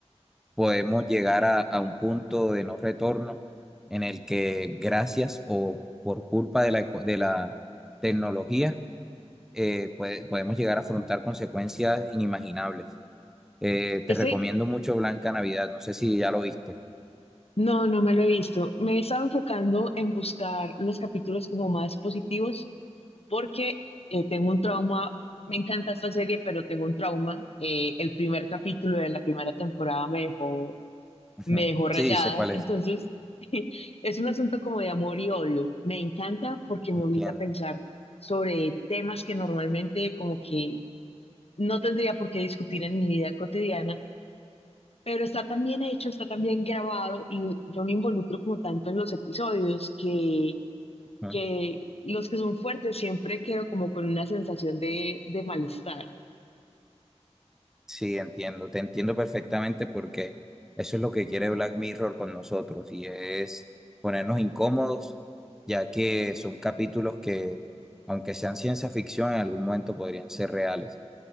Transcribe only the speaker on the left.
Este
No, no me lo he visto. Me he estado enfocando en buscar los capítulos como más positivos porque eh, tengo un trauma. Me encanta esta serie, pero tengo un trauma. Eh, el primer capítulo de la primera temporada me dejó,
me dejó rayada.
Entonces,
<laughs> es un asunto como de amor y odio. Me encanta porque me
obliga a pensar sobre temas que normalmente como que no tendría por qué discutir en mi vida cotidiana pero está tan bien hecho, está tan bien grabado y u- yo me involucro como tanto en los episodios que,
que los que son fuertes siempre quedo como con una sensación de, de malestar.